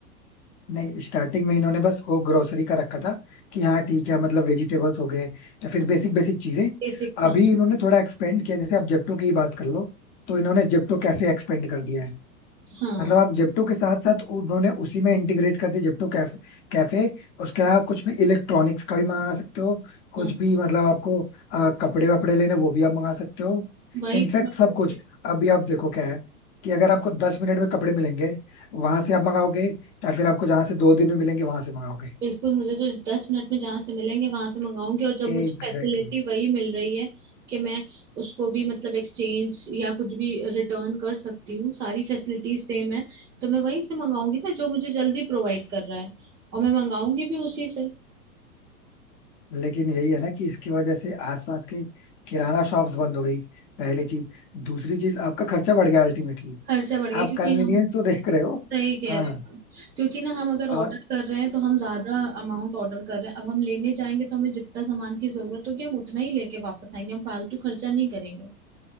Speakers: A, on the left; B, on the right.
A: नहीं स्टार्टिंग में इन्होंने बस वो ग्रोसरी का रखा था कि हाँ ठीक है मतलब वेजिटेबल्स हो गए या फिर बेसिक बेसिक चीजें
B: बेसिक हाँ
A: अभी इन्होंने थोड़ा एक्सपेंड किया जैसे आप जेप्टो की ही बात कर लो तो इन्होंने जेप्टो कैफे एक्सपेंड कर दिया है
B: हाँ
A: मतलब आप जेप्टो के साथ साथ उन्होंने उसी में इंटीग्रेट कर दिया जेप्टो कैफे कैफे उसके अलावा कुछ भी इलेक्ट्रॉनिक्स का भी मंगा सकते हो कुछ
B: हाँ
A: भी मतलब आपको अ, कपड़े वपड़े लेने वो भी आप मंगा सकते हो
B: वही
A: इनफैक्ट
B: तो मैं बोल
A: सब कुछ
B: रही हूँ।
A: अभी आप देखो क्या है कि अगर आपको दस मिनट में कपड़े मिलेंगे वहां से आप मंगाओगे या फिर आपको जहां से दो दिन में मिलेंगे वहां से मंगाओगे
B: बिल्कुल मुझे तो दस मिनट में जहां से मिलेंगे वहां से मंगाऊंगी और जब मुझे
A: Exactly
B: फैसिलिटी
A: exactly.
B: वही मिल रही है कि मैं उसको भी मतलब एक्सचेंज या कुछ भी रिटर्न कर सकती हूँ सारी फैसिलिटीज सेम है तो मैं वहीं से मंगाऊंगी ना जो मुझे जल्दी प्रोवाइड कर रहा है और मैं मंगाऊंगी भी उसी से
A: लेकिन यही है ना कि इसकी वजह से आसपास के किराना शॉप्स बंद हो गई पहली चीज दूसरी चीज आपका खर्चा बढ़ गया अल्टीमेटली
B: खर्चा बढ़ गया
A: आप
B: क्योंकि
A: कन्वीनियंस
B: हम
A: तो देख रहे हो
B: सही कह
A: हाँ
B: रहे हैं क्योंकि ना हम अगर ऑर्डर
A: और
B: कर रहे हैं तो हम ज्यादा अमाउंट ऑर्डर कर रहे हैं अब हम लेने जाएंगे तो हमें जितना सामान की जरूरत होगी हम उतना ही लेके वापस आएंगे हम फालतू खर्चा नहीं करेंगे